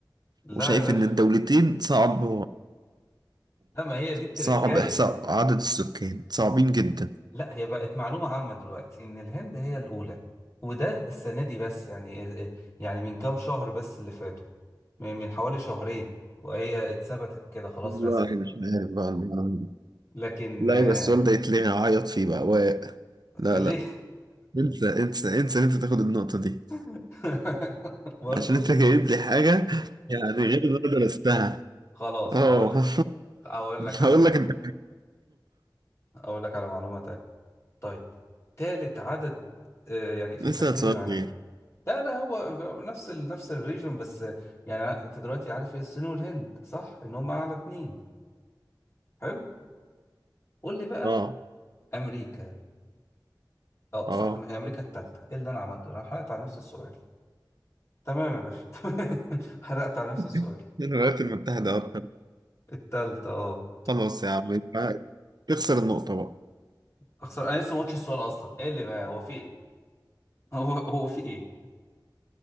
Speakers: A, on the left (about 35°); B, on the right (about 60°).
A: لا
B: وشايف
A: يا باشا
B: إن الدولتين صعب
A: لا ما هي دي التركاية
B: صعب إحصاء عدد السكان صعبين جدا
A: لا هي بقت معلومة عامة دلوقتي إن الهند هي الأولى وده السنة دي بس يعني آه، آه، يعني من كام شهر بس اللي فاتوا من من حوالي شهرين وهي اتثبتت كده خلاص
B: والله
A: رسمي
B: مش عارف بقى المعلومة دي.
A: لكن
B: لا
A: آه،
B: بس السؤال ده يتلغي عيط فيه بقى و... لا
A: ليه
B: لا انسى انسى انسى ان انت تاخد النقطة دي
A: <laughs> برضو
B: عشان انت جايب لي حاجة يعني غير اللي انا درستها
A: خلاص
B: اه
A: هقول
B: <laughs>
A: لك هقول لك على
B: هقول
A: حاجة
B: لك انت
A: هقول لك على معلومة تانية طيب تالت عدد آه، يعني
B: <laughs>
A: في الترتيب
B: اسال سؤال
A: العالمي
B: غير
A: لا لا هو نفس ال... نفس الريجون بس آه، يعني انت دلوقتي عارف ايه الصين والهند صح ان هم اعلى اتنين حلو قول لي بقى
B: اه
A: امريكا اه صح
B: اه
A: ما هي امريكا التالتة ايه اللي انا عملته انا حرقت على نفس السؤال تمام يا باشا <laughs> تمام، حرقت على نفس
B: <laughs>
A: السؤال
B: الولايات المتحدة أكتر
A: التالتة اه
B: خلاص يا عم يبقى تخسر النقطة بقى
A: اخسر انا لسه ما قلتش السؤال اصلا ايه اللي بقى هو في ايه <laughs> هو هو في ايه